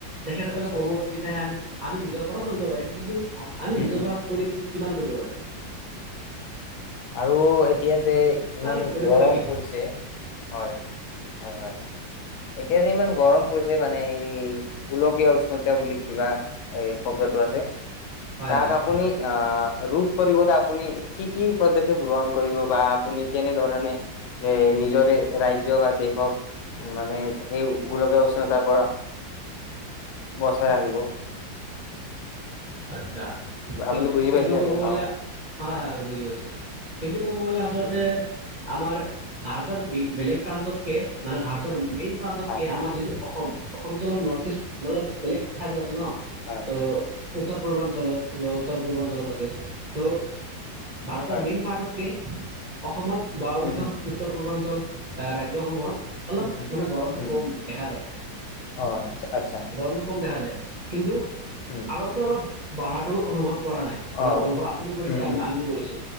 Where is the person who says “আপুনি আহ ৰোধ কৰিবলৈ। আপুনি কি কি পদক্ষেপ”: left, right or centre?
Left